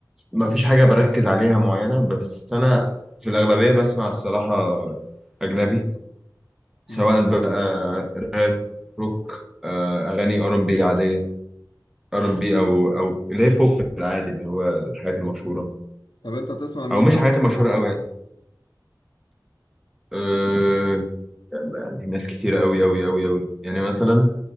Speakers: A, in the centre; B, on the left.
A: ما فيش حاجه بركز عليها معينه بس انا في الاغلبيه بسمع الصراحه اجنبي سواء
B: امم
A: بقى راب روك آه، اغاني ار ام بي عاديه ار ام بي او او اللي هي بوب العادي اللي هو الحاجات المشهوره
B: طب انت بتسمع مين
A: او مش الحاجات المشهوره قوي يعني أه يعني ناس كتيره قوي قوي قوي قوي يعني مثلا